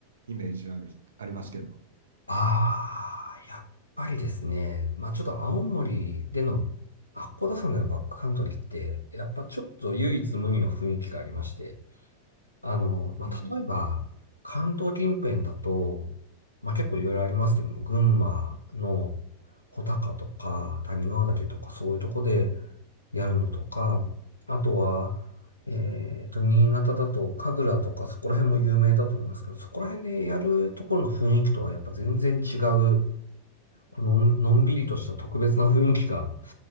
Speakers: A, on the right; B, on the left.
A: イメージある、ありますけど。
B: ああ、やっぱりですね、まあちょっと青森での八甲田山でのバックカントリーって、やっぱちょっと唯一無二の雰囲気がありまして、あの、まあ、
A: うん。
B: 例えば、関東近辺だと、まあ、結構いろいろありますけども、群馬の穂高とか、谷川岳とか、そういうとこでやるのとか、あとは、えっと、新潟だと、神楽とか、そこら辺も有名だと思いますけど、そこら辺でやるところの雰囲気とはやっぱ全然違う、このん、のんびりとした特別な雰囲気が、